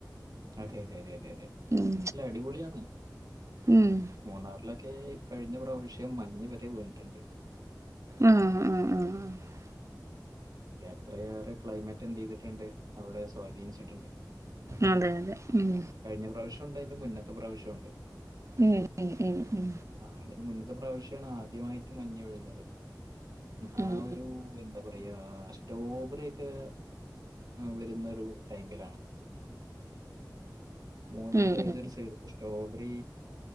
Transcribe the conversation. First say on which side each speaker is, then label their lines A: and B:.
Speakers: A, on the right; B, on the right.
A: അതെ അതെ അതെ അതെ അതെ
B: ഉം
A: ലഅല്ല അടിപൊളിയാണ്
B: ഉം
A: മൂന്നാറിലൊക്കെ കഴിഞ്ഞ പ്രാവശ്യം മഞ്ഞ് വരെ വീണിട്ടുണ്ട്
B: ആഹ് ആഹ് ആഹ്
A: എത്രയേറെ ക്ലൈമറ്റ് എന്ത്യ്തിട്ടുണ്ട് അവിടെ സ്വാധീനിച്ചിട്ടുണ്ട്
B: അതെ അതെ ഉം
A: കഴിഞ്ഞ പ്രാവശ്യം ഉണ്ട് അതിന്റെ മുന്നത്തെ പ്രാവശ്യം ഉണ്ട്
B: ഉം ഉം ഉം ഉം
A: ആഹ് അതിന്റെ മുന്നത്തെ പ്രാവശ്യാണ് ആദ്യമായിട്ട് മഞ്ഞ് വീഴുന്നത് ആഹ്
B: ഉം ഉം ഉം
A: ഒരു എന്താ പറ യാ സ്ട്രോബറിക്കെ വരുന്നൊരു ടൈമിലാണ് മൂന്നാറില
B: ഉം
A: ഏതൊരു സൈഡിത്തെ സ്ട്രോബെറി